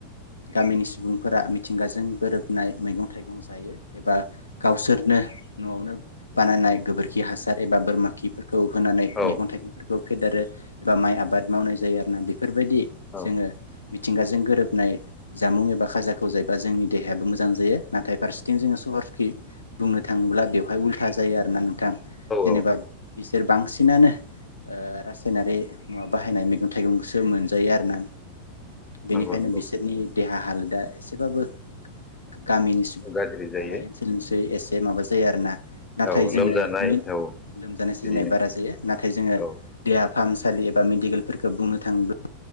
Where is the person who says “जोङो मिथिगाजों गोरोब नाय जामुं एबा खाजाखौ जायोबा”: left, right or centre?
Left